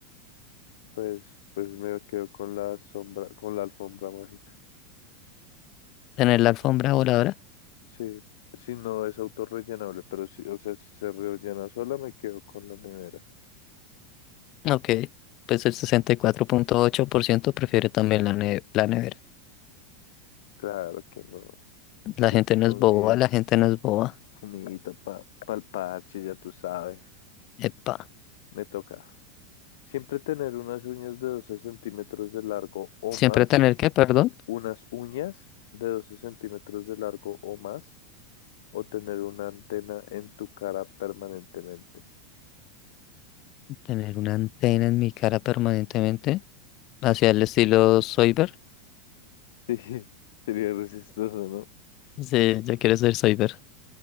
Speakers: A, on the left; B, on the left.
A: pues, pues me quedo con la sombra, con la alfombra mágica.
B: tener la alfombra voladora.
A: Sí, si no es autorrellenable, pero si, o sea, si se rellena sola, me quedo con la nevera.
B: Ok, pues el sesenta y cuatro punto ocho por ciento prefiere también la, ne- la nevera.
A: Claro que no. Es
B: La
A: que
B: gente
A: es comida.
B: no es boba, la gente no es boba.
A: Comidita para el parche, ya tú sabes.
B: Epa.
A: Me toca. Siempre tener unas uñas de 12 centímetros de largo o
B: Siempre
A: más.
B: tener que, perdón,
A: Unas uñas de 12 centímetros de largo o más. O tener una antena en tu cara permanentemente.
B: tener una antena en mi cara permanentemente, hacia el estilo Soyber.
A: <laughs> Sí, sería resistoso, ¿no?
B: Sí, yo quiero ser Soyber.